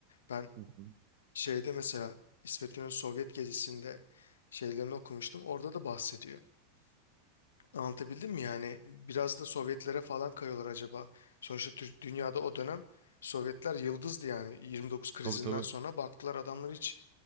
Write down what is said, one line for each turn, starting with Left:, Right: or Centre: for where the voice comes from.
Left: Ben
Right: Hı hı.
Left: şeyde mesela İsmet İnönü Sovyet gezisinde şeylerini okumuştum. Orada da bahsediyor. Anlatabildim mi yani? Biraz da Sovyetlere falan kayıyorlar acaba. Sonuçta Tür- dünyada o dönem Sovyetler yıldızdı yani. 29 krizinden
Right: Tabii tabii.
Left: sonra baktılar adamlar hiç